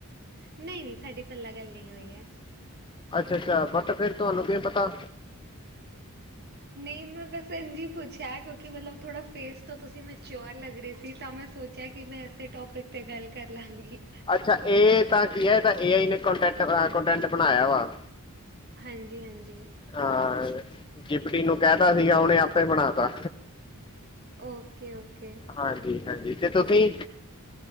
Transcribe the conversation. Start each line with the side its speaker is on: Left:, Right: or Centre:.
Right: ਨਈ-ਨਈ ਸਾਡੀ ਪੈਲਾਂ ਗੱਲ ਨਈ ਹੋਈ ਐ।
Left: ਅੱਛਾ-ਅੱਛਾ ਬਟ ਫੇਰ ਤੁਹਾਨੂੰ ਕੀ ਪਤਾ
Right: ਨਈ ਮੈਂ ਬਸ ਇੰਜੀ ਪੁੱਛਿਆ ਕਿਉਂਕਿ ਮਤਲਬ ਥੋੜਾ ਫੇਸ ਤੋਂ ਤੁਸੀਂ ਮੈਂਚਿਓਰ ਲੱਗ ਰਏ ਸੀ ਤਾਂ ਮੈਂ ਸੋਚ ਸੋਚਿਆ ਕਿ ਮੈਂ ਇਸੇ ਟੋਪਿਕ ਤੇ ਗੱਲ ਕਰ ਲਾਂਗੀ।
Left: ਅੱਛਾ ਇਹ ਤਾਂ ਕੀ ਹੈ ਇਹ ਤਾਂ ਏ ਆਈ ਨੇ ਕੋਂਟੈਂਟ-ਕੋਂਟੈਂਟ ਬਣਾਇਆ ਵਾ।
Right: ਹਾਂਜੀ-ਹਾਂਜੀ
Left: ਹਾਂ ਜਿਪਟੀ ਨੂੰ ਕੈਤਾ ਸੀਗਾ ਉਹਨੇ ਆਪੇ ਬਣਾ ਤਾ
Right: ਓਕੇ ਓਕੇ
Left: ਹਾਂਜੀ-ਹਾਂਜੀ ਤੇ ਤੁਸੀਂ